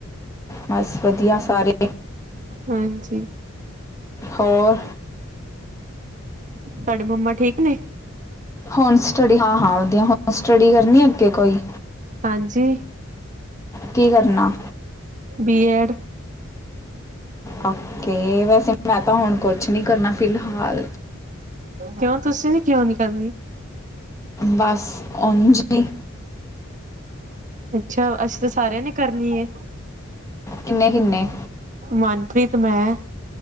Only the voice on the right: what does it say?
ਹਾਂਜੀ।
ਤੁਹਾਡੇ ਮੰਮਾ ਠੀਕ ਨੇ।
ਹਾਂਜੀ।
B Ed.
ਕਿਉਂ ਤੁਸੀਂ ਨਹੀਂ ਕਿਉਂ ਨੀ ਕਰਨੀ।
ਅੱਛਾ ਅਸੀਂ ਤਾਂ ਸਾਰਿਆਂ ਨੇ ਕਰਨੀ ਹੈ।
ਮਨਪ੍ਰੀਤ ਮੈਂ।